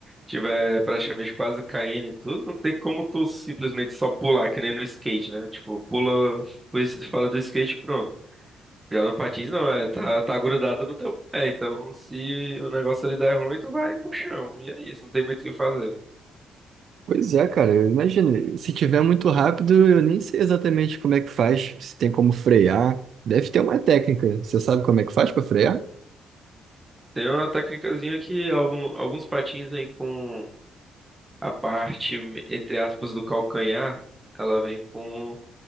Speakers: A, on the right; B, on the right.
A: tiver praticamente quase caindo e tudo, não tem como tu simplesmente só pular, que nem no skate, né? Tipo, pula, pois fala do skate, pronto. Já no patins não, é, tá, tá grudado no teu pé, então se o negócio ali der ruim, tu vai pro chão, e é isso, não tem muito o que fazer.
B: Pois é, cara, eu imagino. Se tiver muito rápido, eu nem sei exatamente como é que faz, se tem como frear. Deve ter uma técnica. Você sabe como é que faz para frear?
A: Tem uma técnicazinha que algum- alguns patins vêm com a parte, entre aspas, do calcanhar, ela vem com